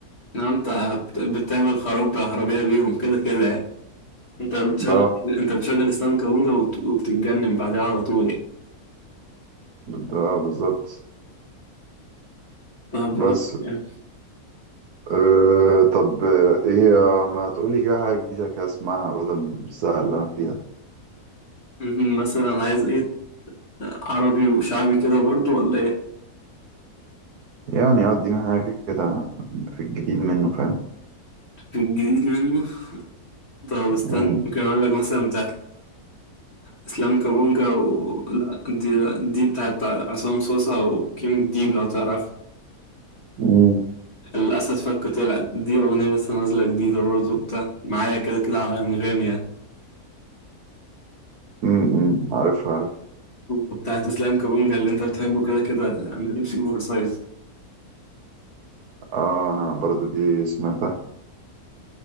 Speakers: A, on the left; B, on the right.
A: لو انت بت- بتعمل خراب بالعربية بيهم كده كده يعني. انت بتشغل
B: لا
A: انت بتشغل اسلام كابونجا وبت- وبتتجنن بعدها على طول يعني
B: ده بالظبط
A: طب وات-
B: بس
A: يعني
B: أه طب آه، إيه آه، ما تقولي كده حاجة جديدة كده أسمعها بدل السهل اللي أنا فيه ده
A: مهم. مثلا عايز ايه عربي وشعبي كده برضو ولا ايه
B: يعني آه، أديني حاجة كده في الجديد منه فاهم
A: في الجديد منه طب استنى
B: مم.
A: ممكن اقول لك مثلا بتاعت اسلام كابونجا و... لا دي دي بتاعت عصام صوصة وكيم الديب لو تعرف
B: مم.
A: الأسد فك طلع دي أغنية لسه نازلة جديدة برضه بتاع معايا كده كده على أنغامي يعني
B: مم. مم. عارف عارف
A: وبتاعت إسلام كابونجا اللي أنت بتحبه كده كده أنا لبسي أوفر سايز
B: آه أنا برضو دي سمعتها